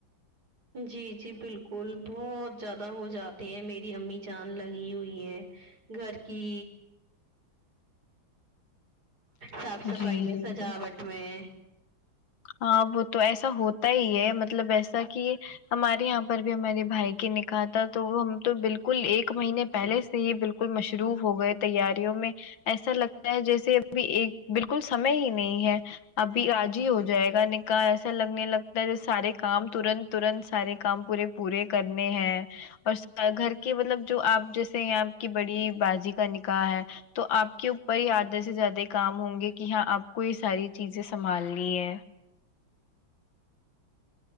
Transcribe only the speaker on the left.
جی
ہاں وہ تو ایسا ہوتا ہی ہے مطلب ایسا کہ ہمارے یہاں پر بھی ہمارے بھائی کے نکاح تھا تو وہ ہم تو بالکل ایک مہینے پہلے سے ہی بالکل کل مشروف ہو گئے تیاریوں میں ایسا لگتا ہے جیسے ابھی ایک بلکل سمئے ہی نہیں ہے ابھی آج ہی ہو ج جائے گا نکاح ایسا لگنے لگتا ہے جو سارے کام ترنت ترنت سارے کام پورے پورے کرنے ہیں اور سر گھر کے مطلب جو آپ جیسے آپ کی بڑی باجی کا نکاح ہے تو آپ کے اوپر ہی آدھے سے زیادہ کام ہوں گے کہ ہاں آپ کو یہ ساری چیزیں سنبھالنی ہے